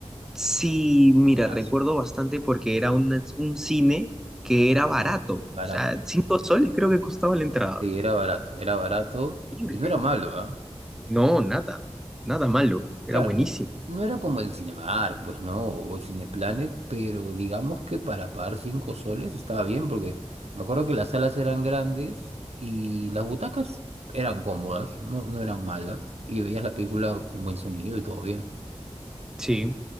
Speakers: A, in the centre; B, on the right.
A: Sí, mira,
B: Buenazo,
A: recuerdo bastante porque era un, un cine que era barato,
B: barato.
A: o sea, cinco soles creo que costaba la entrada.
B: Sí, era barato, era barato
A: Increíble.
B: y no era malo, ¿ah?
A: No, nada, nada malo, era
B: Claro,
A: buenísimo.
B: n- no era como el Cinemark, pues no, o Cineplanet, pero digamos que para pagar cinco soles estaba bien, porque me acuerdo que las salas eran grandes y las butacas eran cómodas, no, no eran malas, y veías la película con buen sonido y todo bien.
A: Sí,